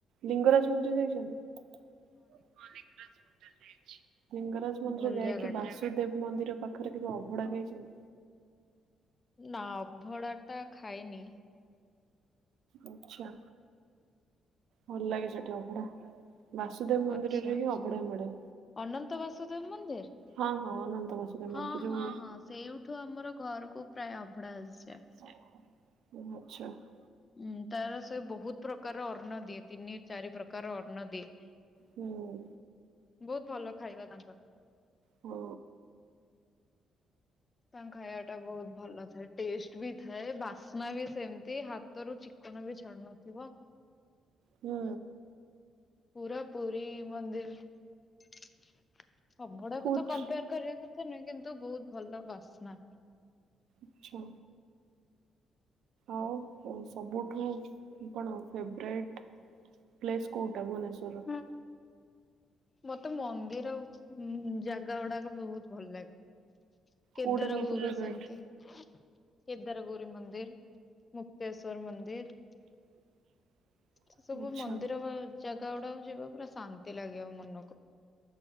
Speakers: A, on the right; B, on the left.
A: ଲିଙ୍ଗରାଜ ମନ୍ଦିର ଯାଇଛନ୍ତି? ହଁ ଲିଙ୍ଗରାଜ ମନ୍ଦିର ଯାଇଛି। ଲିଙ୍ଗରାଜ ମନ୍ଦିର
B: ଭଲ
A: ଯାଇକି
B: ଜାଗା
A: ବାସୁଦେବ
B: ଟା
A: ମନ୍ଦିର ପାଖରେ କେଭେ ଅଭଡା ଖାଇଛନ୍ତି?
B: ନା ଅଭଡା ଟା ଖାଇନି।
A: ଆଚ୍ଛା। ଭଲ ଲାଗେ ସେଠି ଅବଢ଼ା। ବାସୁଦେବ ମନ୍ଦିରରେ
B: ଆଚ୍ଛା
A: ହିଁ ଅବଢା ମିଳେ।
B: ଅନନ୍ତ ବାସୁଦେବ ମନ୍ଦିର?
A: ହଁ ହଁ ଅନନ୍ତ ବାସୁଦେବ
B: ହଁ
A: ମନ୍ଦିର ଯୋଉ
B: ହଁ ହଁ ସେଇଠୁ ଆମର ଘରକୁ ପ୍ରାୟ ଅବଢା ଆସିଯାଏ।
A: ଆଚ୍ଛା।
B: ହୁଁ ତାର ସେ ବହୁତ ପ୍ରକାର ଅନ୍ନ ଦିଏ। ତିନି ଚାରି ପ୍ରକାର ଅନ୍ନ ଦିଏ।
A: ହୁଁ।
B: ବହୁତ ଭଲ ଖାଇବା ତାଙ୍କର।
A: ହଁ
B: ତାଙ୍କ ଖାଇବା ଟା ବହୁତ ଭଲ ଥାଏ। ଟେଷ୍ଟ ବି ଥାଏ। ବାସ୍ନା ବି ସେମତି। ହାତ ତରୁ ଚିକନ ବି ଛାଡୁ ନଥିବ।
A: ପୁଁ
B: ପୁରା ପୁରୀ ମନ୍ଦିର। ଅଭଡାକୁ
A: ବହୁତ
B: ତ କମ୍ପେୟାର କରିବା କଥା ନୁହେଁ କିନ୍ତୁ ବହୁତ ଭଲ ବାସ୍ନା।
A: ଆଛା ଆଉ ହ ସବୁଠୁ କି କଣ ଫେବରାଇଟ୍ ପ୍ଲେସ୍ କୋଉଟା ଭୁବନେଶ୍ୱର?
B: ହଁ ମତେ ମନ୍ଦିର ଉଁ ଜାଗା ଗୁଡାକ ବହୁତ ଭଲ ଲାଗେ। କେଦାର
A: କୋଉଟା ସବୁଠୁ
B: ଗୌରୀ
A: ଫେବରାଇଟ?
B: ସେମିତି। କେଦାରଗୌରୀ ମନ୍ଦିର, ମୁକ୍ତେଶ୍ଵର ମନ୍ଦିର
A: <inaudible>
B: ସେ ସବୁ
A: ଆଚ୍ଛା
B: ମନ୍ଦିର ବା ଜାଗା ଗୁଡାକ ଯିବ ପୁରା ଶାନ୍ତି ଲାଗିବ। ମନକୁ